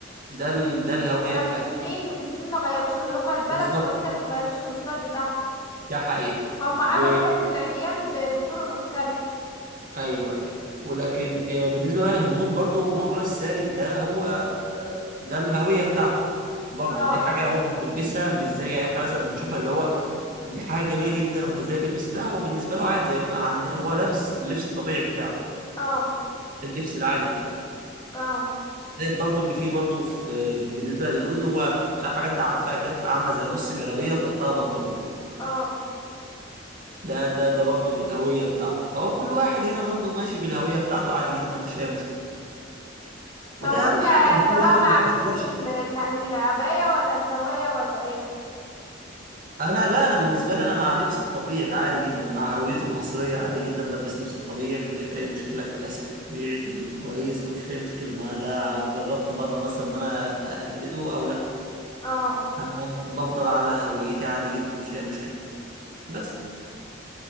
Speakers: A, on the right; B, on the left.
A: ده ال... ده الهويه
B: ده
A: بتاعتهم
B: من سنين من سنين ما غيروش اللي هما البلد
A: بالظبط
B: الوحيدة اللي ما غيروش الستايل بتاعها
A: ده حقيقه
B: هما
A: و
B: عملوا بس العبيان ب- بطرق مختلفة
A: ايوه أيوة. ولكن آه، بالنسبه بقى للهنود برضو موضوع الساري ده هو آه، ده الهويه بتاعته برضو
B: اه
A: دي حاجه هو مش بيلبسها مش زي يعني احنا مثلا بنشوفها اللي هو دي حاجه جميله جدا وانت ازاي تلبس لا هو بالنسبه له عادي زي ما عندنا هو لابس اللبس الطبيعي بتاعه
B: اه
A: اللبس العادي بتاعه
B: اه
A: زائد برضو ان في برضو في بالنسبه للهنود هو مش عارف حاجه انت عارفاها كده بتبقى عامله زي نص جلابيه وتحتها بنطلون
B: اه
A: ده ده ده برضو الهويه بتاعته فهو كل واحد هنا برضو ماشي بالهويه بتاعته عادي جدا مفيش اي مشكله
B: طب
A: وده
B: وانت
A: اهم حاجه ان
B: انت
A: كل واحد
B: بقى مع
A: ما يتاثرش
B: فكرة ال- اله- العباية ولا الهواية ولا ايه
A: انا لا انا بالنسبه لي انا مع لبس الطبيعي عادي جدا مع هويتي المصريه عادي جدا بلبس لبس الطبيعي ما فيش اي مشكله الكلاسيك الطبيعي الكويس ما فيش اي مشكله ما لا جربت مره مثلا ان انا اقلده او لا
B: اه
A: انا بفضل على هويتي عادي جدا ما فيش اي مشكله بس